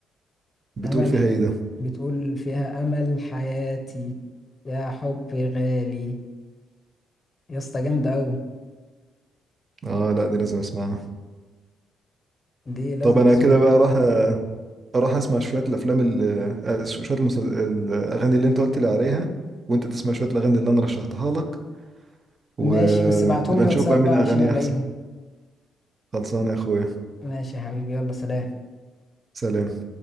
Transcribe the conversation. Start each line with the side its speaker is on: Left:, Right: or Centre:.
Right: بتقول
Left: امل
Right: فيها
Left: ح...
Right: ايه ده
Left: بتقول فيها امل حياتي يا حبي غالي يا اسطى جامده قوي
Right: اه لا دي لازم اسمعها
Left: دي لازم
Right: طب انا
Left: تسمعها
Right: كده بقى راح راح اسمع شويه الافلام ال- آه، شويه المس- الاغاني اللي انت قلت لي عليها وانت تسمع شويه الاغاني اللي انا رشحتها لك ونبقى
Left: ماشي بس ابعتهم لي
Right: نشوف
Left: واتساب
Right: بقى مين
Left: بقى
Right: اغاني
Left: عشان الاقيهم
Right: احسن خلصان يا اخويا
Left: ماشي يا حبيبي يلا سلام
Right: سلام